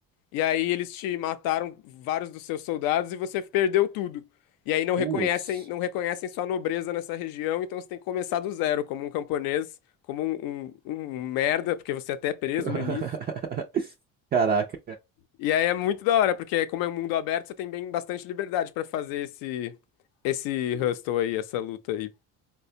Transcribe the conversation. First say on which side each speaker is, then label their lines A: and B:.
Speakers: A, on the left (about 75°); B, on the right (about 30°).
A: E aí eles te mataram vários dos seus soldados e você perdeu tudo. E aí não reconhecem,
B: putz.
A: não reconhecem sua nobreza nessa região, então você tem que começar do zero, como um camponês, como um, um um merda, porque você até é preso
B: <laughs>
A: no início.
B: Caraca,
A: E aí é muito da hora, porque como é um mundo aberto, você tem bem bastante liberdade pra fazer esse esse hustle aí, essa luta aí.